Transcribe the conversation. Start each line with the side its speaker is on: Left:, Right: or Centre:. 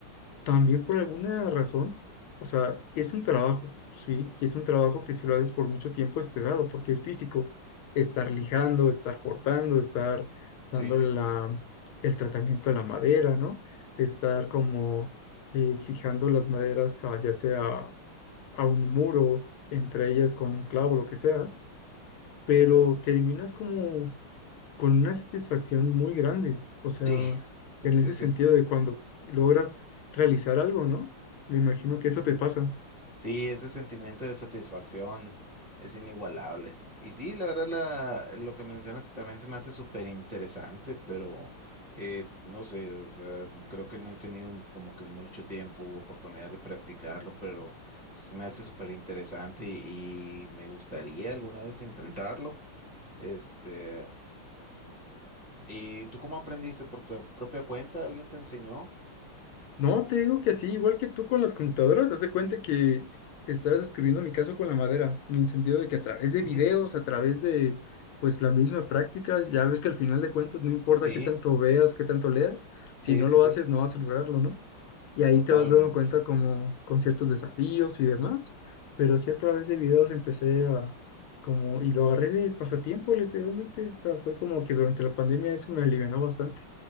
Left: también por alguna razón, o sea, es un trabajo, sí, y es un trabajo que si lo haces por mucho tiempo es pesado, porque es físico, estar lijando, estar cortando, estar dándole
Right: Sí,
Left: la, el tratamiento a la madera, ¿no? Estar como eh, fijando las maderas, ca- ya sea a un muro, entre ellas con un clavo, lo que sea, pero terminas como con una satisfacción muy grande, o sea,
Right: sí,
Left: en
Right: <laughs> sí,
Left: ese
Right: sí,
Left: sentido de cuando logras realizar algo, ¿no? Me imagino que eso te pasa.
Right: Sí, ese sentimiento de satisfacción es inigualable. Y sí, la verdad, la, lo que mencionas también se me hace súper interesante, pero eh, no sé, o sea, creo que no he tenido como que mucho tiempo u oportunidad de practicarlo, pero sí se me hace súper interesante y, y me gustaría alguna vez intentarlo. Este, ¿y tú cómo aprendiste? ¿Por tu propia cuenta? ¿Alguien te enseñó?
Left: No, te digo que así, igual que tú con las computadoras, haz de cuenta que estás describiendo mi caso con la madera, en el sentido de que a través de
Right: <laughs>
Left: videos, a través de pues la misma práctica, ya ves que al final de cuentas no importa
Right: Sí,
Left: qué tanto veas, qué tanto leas,
Right: sí,
Left: si no
Right: sí,
Left: lo
Right: sí,
Left: haces no vas a lograrlo, ¿no? y ahí
Right: totalmente.
Left: te vas dando cuenta como con ciertos desafíos y demás, pero sí a través de videos empecé a como, y lo agarré de pasatiempo literalmente, o sea, fue como que durante la pandemia eso me alivianó bastante,